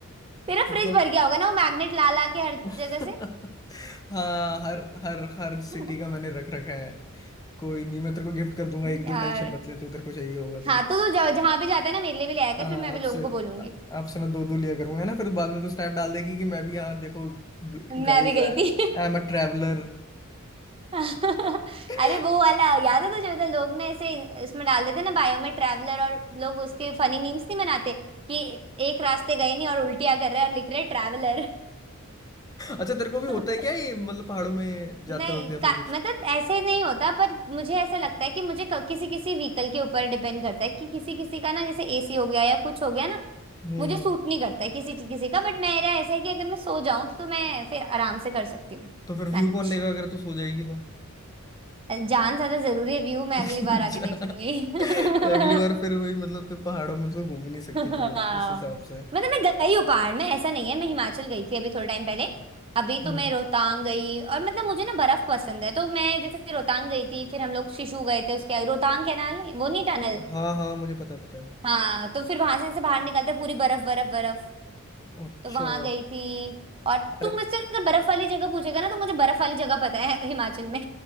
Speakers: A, on the right (about 25°); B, on the left (about 15°).
A: तेरा
B: कितना
A: फ्रिज भर गया होगा ना वो मैग्नेट ला ला के हर
B: <laughs>
A: जगह से
B: हाँ हर हर हर सिटी
A: हम्म,
B: का मैंने रख रखा है कोई नहीं मैं तेरे को गिफ्ट कर दूंगा एक दो
A: यार
B: टेंशन मत ले तू तेरे को चाहिए होगा तो।
A: हाँ तो तो जहाँ जहाँ भी जाता है ना मेरे लिए भी ले आया कर
B: हाँ,
A: फिर मैं
B: आपसे
A: भी लोगों को बोलूंगी
B: आ- आपसे मैं दो दो लिया करूंगा है ना फिर बाद में तो स्नैप डाल देगी कि मैं भी यहाँ देखो
A: मैं
B: guys
A: भी गई
B: I
A: थी
B: am a traveller
A: <laughs>
B: <laughs>
A: अरे वो वाला याद है तुझे मतलब लोग ना ऐसे इसमें डाल देते ना बायो में ट्रैवलर और लोग उसके फनी मीम्स नहीं बनाते कि एक रास्ते गए नहीं और उल्टियां कर रहे हैं और लिख रहे ट्रैवलर
B: अच्छा तेरे को भी होता
A: <laughs>
B: है क्या ये मतलब पहाड़ों में जाते
A: नहीं
B: वक्त या फिर
A: का,
B: कुछ
A: मतलब ऐसे नहीं होता पर मुझे ऐसा लगता है कि मुझे क- किसी किसी व्हीकल के ऊपर डिपेंड करता है कि किसी किसी का ना जैसे एसी हो गया या कुछ हो गया ना
B: हम्म
A: मुझे सूट नहीं करता है किसी किसी का बट मेरा ऐसा है कि अगर मैं सो जाऊं तो मैं फिर आराम से कर सकती हूँ
B: तो फिर
A: मैनेज
B: व्यू कौन लेगा अगर तू सो जाएगी तो
A: जान ज्यादा जरूरी है व्यू मैं
B: <laughs>
A: अगली बार आके
B: जा
A: देख लूंगी <laughs>
B: अगली बार फिर वही मतलब फिर पहाड़ों में तो घूम ही नहीं सकती
A: हाँ
B: तू इस हिसाब से
A: मतलब मैं गई हूँ पहाड़ में ऐसा नहीं है मैं हिमाचल गई थी अभी थोड़े टाइम पहले अभी तो
B: हम्म
A: मैं रोहतांग गई और मतलब मुझे ना बर्फ पसंद है तो मैं जैसे रोहतांग गई थी फिर हम लोग शिशु गए थे उसके रोहतांग कैनाल नहीं वो नहीं टनल
B: हाँ हाँ मुझे पता पता है
A: हाँ तो फिर वहां से जैसे बाहर निकलते पूरी बर्फ बर्फ बर्फ
B: अच्छा
A: तो वहां गई थी और
B: अरे
A: तुम मुझसे अगर बर्फ वाली जगह पूछेगा ना तो मुझे बर्फ वाली जगह पता है हिमाचल में